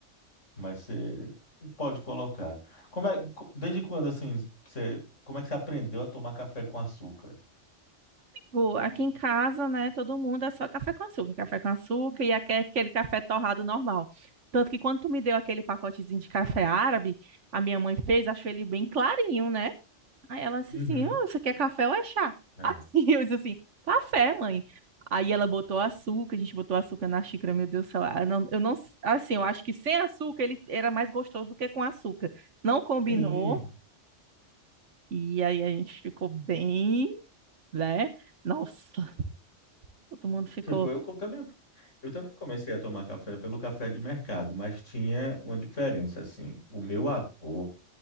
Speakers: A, on the left; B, on the right.
A: mas você pode colocar. Como é, co- desde quando assim, você, como é que você aprendeu a tomar café com açúcar?
B: Gu, Aqui em casa, né, todo mundo é só café com açúcar, café com açúcar e aque- aquele café torrado normal. Tanto que quando tu me deu aquele pacotezinho de café árabe, a minha mãe fez, achou ele bem clarinho, né? Aí ela disse
A: Uhum.
B: assim, oh, isso aqui é café ou é chá?
A: É.
B: Assim, <laughs> eu disse assim, café, mãe. Aí ela botou açúcar, a gente botou açúcar na xícara, meu Deus do céu. ah, não- Eu não, assim, eu acho que sem açúcar ele era mais gostoso do que com açúcar. Não combinou,
A: Sim,
B: e aí a gente ficou bem, né? Nossa, todo mundo ficou.
A: tipo, eu co- também eu também comecei a tomar café pelo café de mercado, mas tinha uma diferença assim. O meu avô